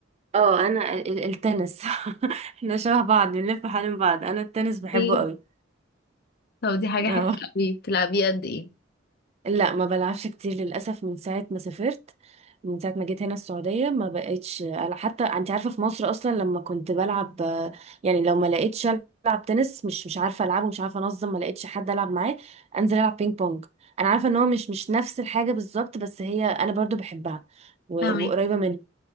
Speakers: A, on the right; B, on the left.
A: اه انا ال- ال- التنس <laughs> احنا شبه بعض بنلف حوالين بعض انا التنس بحبه
B: ايه
A: قوي
B: طب دي حاجة حلوة
A: اه
B: قوي بتلعبيه قد ايه
A: لا ما بلعبش كتير للأسف من ساعة ما سافرت من ساعة ما جيت هنا السعودية ما بقتش حتى انت عارفة في مصر أصلا لما كنت بلعب آه، يعني لو ما لقيتش ألعب تنس مش مش عارفة ألعبه مش عارفة أنظم ما لقيتش حد ألعب معاه أنزل ألعب بينج بونج أنا عارفة إن هو مش مش نفس الحاجة بالظبط بس هي أنا برضو بحبها و-
B: فاهمك
A: وقريبة منها